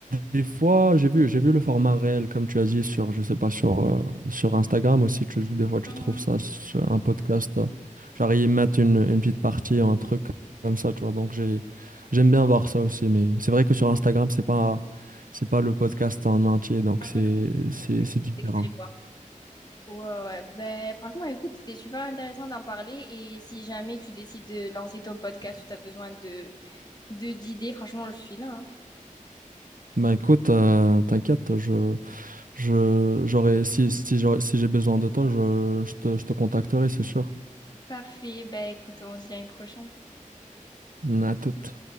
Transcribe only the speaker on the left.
Mhm,
mhm.
Des
extraits, quoi. Ouais, ouais. Ben, franchement, écoute, c'était super intéressant d'en parler. Et si jamais tu décides de lancer ton podcast ou tu as besoin de, de, d'idées, franchement, je suis là, hein.
Parfait. Ben, écoute, on se dit à une prochaine.